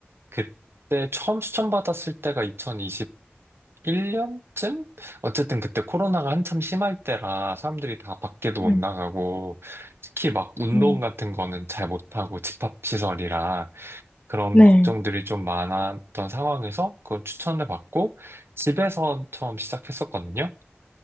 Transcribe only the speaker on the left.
음,
음.
네.